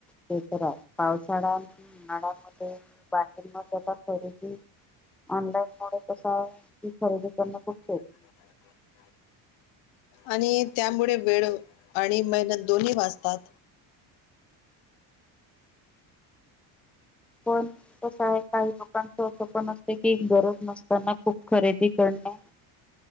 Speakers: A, in the centre; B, on the left.
A: ते तर आहे पावसाळ्या. <inaudible> उन्नडामध्ये बाहेर म ज खरीेदी. ऑनलाईन मु कस आहे. की खरेदी करण <inaudible> ख
B: <unintelligible> <inaudible> आणि त्यामुळे वेळ आणि मेहनत दोन्ही वाजतात.
A: पण कसं आहे. काही लोकांच असं पण असते की गरज नसते. <inaudible> लकना खूप खरेदी करणे